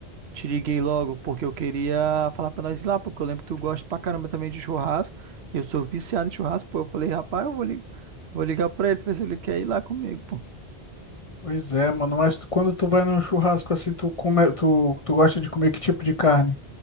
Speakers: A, on the right; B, on the left.
A: te liguei logo? Porque eu queria falar pra nós ir lá, porque eu lembro que tu gosta pra caramba também de churrasco. Eu sou viciado em churrasco, pô. Eu falei, rapaz, eu vou, li- vou ligar pra ele pra ver se ele quer ir lá comigo, pô.
B: Pois é, mano, mas tu- quando tu vai num churrasco assim, tu come, tu, tu gosta de comer que tipo de carne?